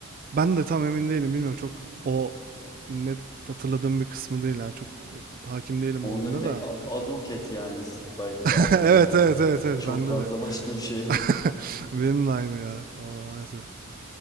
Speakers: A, on the right; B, on the left.
A: Ben de tam emin değilim. Bilmiyorum çok o net hatırladığım bir kısmı değil yani. Çok e, hakim değilim
B: Onda
A: o oyuna
B: bir tek
A: da.
B: A- Aduket yani Street Fighter'da
A: <laughs>
B: aklımda
A: Evet
B: kalan.
A: evet evet
B: <laughs>
A: evet
B: Çok
A: bende
B: fazla
A: de.
B: başka bir şey yok.
A: <laughs> Benim de aynı ya. Tamam maalesef.